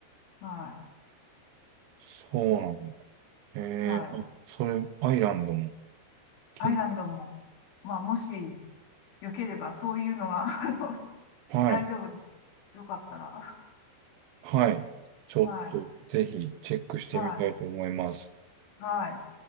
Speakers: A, on the left; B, on the right.
A: は
B: そうなんだ。
A: い。で
B: えー、
A: はい。
B: それ、アイランドも気になる。
A: アイランドも、まあ、もし、よければ、そういうのが <laughs>
B: はい。
A: 大丈夫。よかったら。
B: はい。ちょっと、
A: はい。
B: ぜひ、チェックしてみたいと思います。
A: はい。はい。